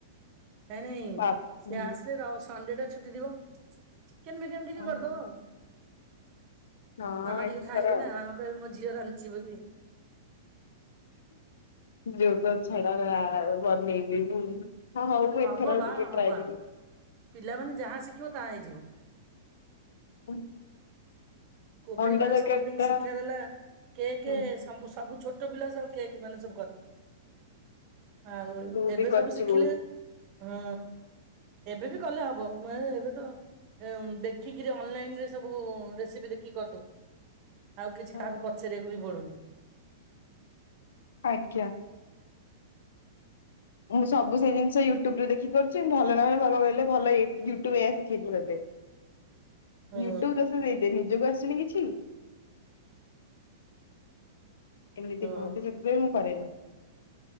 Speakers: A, on the right; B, on the left.
A: ନାଇଁ ନାଇଁ
B: ବା ହୁଁ
A: ସେ ଆସିଲେ ର ସଣ୍ଡେଟା ଛୁଟି ଦିବ ଚିକେ ବିକେନ ଟିକେ
B: ଅହ
A: କରିଦବ ଆଉ
B: ହଁ
A: ମାମା
B: ଏଥର
A: ଟିକେ ଖାଇବେ ନା ମାମା କହିବେ ମୋ ଝି ଝିଅ ରାନ୍ଧଛି ବୋଲି
B: ଯୋଉ ତ ଛାଡ ଆ ବନେଇବି ମୁଁ ହଁ ହଉ ମୁଁ
A: ହବ
B: ଏଥର
A: ବା
B: ଆଉ ଟିକେ
A: ହବା
B: ଟ୍ରାଏ କରିବି
A: ପିଲାମାନେ ଯାହା ଶିଖିବ ତାହା ହେଇଯିବ
B: ହୁଁ
A: କୋଭିଡ
B: ଅଣ୍ଡା
A: ବେଳେ
B: ତରକାରୀ
A: ସମସ୍ତଙ୍କୁ
B: ଟା
A: ଶିକ୍ଷା ଦେଲା କେ କେ
B: ହୁଁ
A: ସମୁ ସବୁ ଛୋଟ ଛୋଟ ପିଲା ସବୁ କି ମାନ ସବୁ କେଲେ ଆଉ
B: ମୁଁ
A: ଏବେ
B: ବି କରିଛି
A: ସବୁ ଶିଖିଲେ
B: ବହୁତ
A: ହଁ ଏବେ ବି କଲେ ହବ ମୁ ଏବେ ତ ଦେଖିକିରି ଅନଲାଇନରେ ସବୁ ରେସିପି ଦେ କି କରିଦଉଛୁ ଆଉ କିଛି
B: ହଁ,
A: କାହାକୁ ପଚାରିବାକୁ ବି ପଡୁନି।
B: ଆଜ୍ଞା ମୁଁ ସବୁ ସେ ଜିନିଷ ୟୁଟୁବୁ ଦେଖି କରୁଛି ଭଲ ନହେଲେ ମୋ ବାବା କହିଲେ ଭଲ ୟୁଟୁବଇ ୟା ଶିଖେଇଛି ତତେ
A: ହୁଁ
B: ୟୁଟୁବୁ ଦୋଷ ଦେଇଦେ ନିଜକୁ ଆସୁନି କିଛି। ଏମିତି
A: ହୁଁ
B: କୁହନ୍ତି ସେଥିପାଇଁ ମୁଁ କରେନି ।